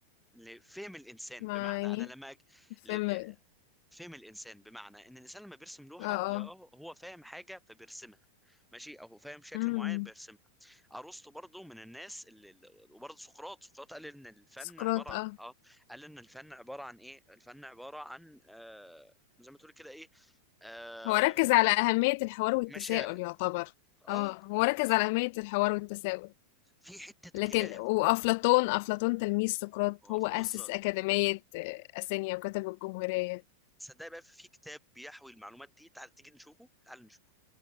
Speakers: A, in the centre; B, on the left (about 50°).
A: لفهم الانسان
B: ما
A: بمعنى
B: يعني
A: انا لما أج...
B: الفيلم
A: ل... ل... فهم الانسان بمعنى ان الانسان لما بيرسم لوحه
B: اه
A: لا،
B: اه
A: هو فاهم حاجه فبيرسمها ماشي او هو فاهم شكل
B: امم
A: معين بيرسمها ارسطو برضو من الناس اللي اللي- وبرضو سقراط سقراط قال ان الفن
B: سقراط
A: عباره عن
B: اه
A: اه قال ان الفن عباره عن ايه الفن عباره عن آه... زي ما تقول كده ايه آه...
B: هو ركز على أهمية الحوار والتساؤل
A: مشاعر
B: يعتبر
A: اه
B: اه هو ركز
A: بالظبط
B: على أهمية الحوار والتساؤل
A: في حته
B: لكن
A: كلاب
B: وأفلاطون أفلاطون تلميذ سقراط
A: آه،
B: هو أسس
A: بالظبط
B: أكاديمية آه، أثينا وكتب الجمهورية
A: صدق بقى في كتاب بيحوي المعلومات دي تعال تيجي نشوفه تعال نشوف